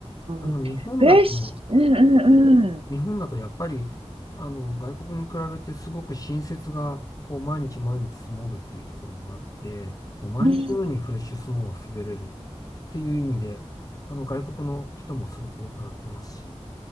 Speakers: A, on the left; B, on the right.
A: あの、
B: ん、
A: 日本だと、
B: フレッシュ、うんうんうん。
A: 日本だとやっぱり、あの、外国に比べてすごく新雪が、こう、毎日毎日積もるっていうところもあって、もう毎日のようにフレッシュスノーを滑れるっていう意味で、
B: うん
A: あの、外国の人もすごく多くなってますし、